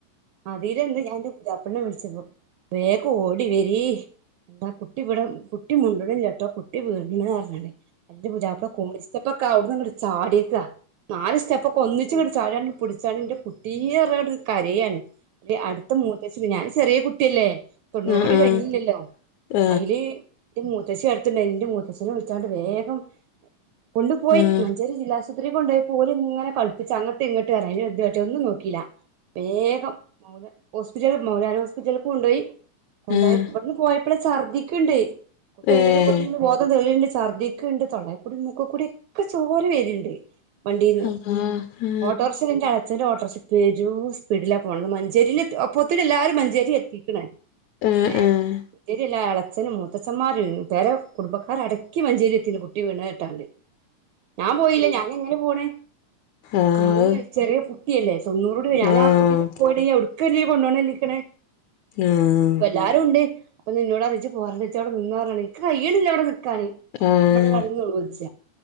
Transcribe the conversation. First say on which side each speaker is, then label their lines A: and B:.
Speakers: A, on the right (about 75°); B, on the left (about 75°).
A: അതിലെന്ത് ഞാൻന്റെ പുതിയാപ്ളെനെ വിളിച്ചെപ്പൊ വേഗം ഓടി വരിൻ താ കുട്ടി ഇവിട കുട്ടി മുണ്ടണില്ലട്ടോ കുട്ടി വീണിന് പറഞ്ഞങ്ങടേ എൻ്റെ പുതിയ്യാപ്ളാ കോണിസ്റ്റപ്പ് ഒക്കെ അവിടന്ന് ചാടിയെക്കാ നാല് സ്റ്റെപ്പൊക്കെ ഒന്നി ച്ചു ചാടി അങ്ങട്ട് പുടിച്ചാണ്ട് എന്റെ കുട്ടീയെന്നു പറഞ്ഞങ്ങട്ട് കരയാണ് എന്നിട്ട് അടുത്ത വിചാരിച്ച് ഞാൻ ചെറിയ കുട്ടിയല്ലേ തൊണ്ണൂറ്
B: ആഹ്
A: കൂടി കഴിഞ്ഞില്ലല്ലോ
B: ആഹ് ആഹ്
A: അതില് ഇന്റെ മൂത്തശ്ശി അടുത്തുണ്ടായിരുന്നു ഇന്റെ മൂത്തച്ഛനെ വിളിച്ചാണ്ട് വേഗം കൊണ്ടുപോയി
B: ആഹ്
A: മഞ്ചേരി ജില്ലാശുപത്രി ആശുപത്രി കൊണ്ട് പോയിട്ട് ഓല് ഇങ്ങനെ കളിപ്പിച്ച് അങ്ങട്ട് ഇങ്ങോട്ട് പറഞ്ഞിട്ട് അതിൽ എന്ത് കാട്ടി ഒന്നും നോക്കിയില്ല വേഗം മൗല ഹോസ്പിറ്റൽ മൗലാന ഹോസ്പിറ്റലക്ക് കൊണ്ടുപോയി കൊണ്ടുപോയി
B: ആഹ് ആഹ്
A: ഇവിടുന്ന് പോയപ്പളേ ഛർദിക്കുണ്ടെയ് കുട്ടിഅയിന്റെടി
B: ഏഹ്
A: കുടി ബോധം തെളിയുണ്ട് ഛർദിക്കുണ്ട് തൊള്ളേക്കൂടി മുക്കിക്കൂടി ഒക്കെ ചോര വെരിണ്ട് വണ്ടിന്ന്
B: അള്ളാ ആഹ്
A: ഓട്ടോറിക്ഷ ഇന്റെ എളച്ചന്റെ ഓട്ടോറിക്ഷ പെരൂ സ്പീഡിലാ പോണത് മഞ്ചേരിൽ അപ്പൊത്തിന് എല്ലാരും മഞ്ചേരി എത്തിക്ക്ണ്
B: ആഹ്
A: ഏ
B: ആഹ്
A: മഞ്ചേരില്ല ഇളയച്ഛനും മുത്ത ത്തച്ചൻമാരും പെര കുടുംബക്കാർ അടക്കി മഞ്ചേരി എത്തീന് കുട്ടി വീണകേട്ടാണ്ട് ഞാൻ പോയില്ല ഞാന് എങ്ങനെ പോണേ
B: ആഹ് ആഹ്
A: കാണാൻ കഴിയില്ല ചെറിയ കുട്ടിയല്ലേ തൊണൂറൂടിക
B: ആഹ്
A: ഞൻ ആ കുട്ടി പോയിട്ടെങ്കി എടുക്കെരുതി കൊണ്ടോണല്ലിക്കണ്
B: ആഹ്
A: എല്ലാരും ഉണ്ട് അപ്പം ന്ന് എന്നോട് പറഞ്ഞു ഇജ്ജ്പോരണ്ടാ ഇജ്ജ് അവിടെ നിന്നോപറഞ്ഞികാണ്ട് എനിക്ക് കഴിയണില്ല അവിടെ നിക്കാന് ഞാൻ
B: ആഹ്
A: ഇവിടെ ഇവടെ കടന്ന് നേലോൾച്ച